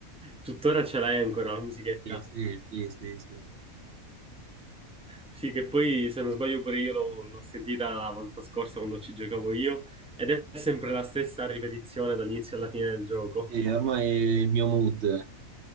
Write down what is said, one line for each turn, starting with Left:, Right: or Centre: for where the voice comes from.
Centre: Tuttora ce l'hai ancora la musichetta?
Right: Sì, sì, sì, sì, sì.
Centre: Sì, che poi se non sbaglio pure io l'ho l'ho sentita la volta scorsa quando ci giocavo io ed è sempre la stessa ripetizione dall'inizio alla fine del gioco.
Right: Sì, ormai il mio mood